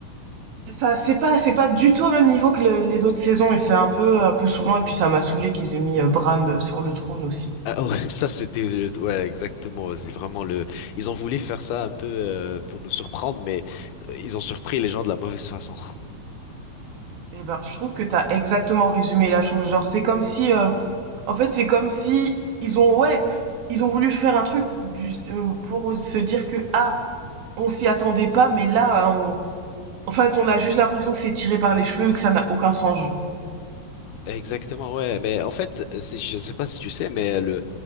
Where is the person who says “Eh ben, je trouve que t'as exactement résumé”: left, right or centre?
Right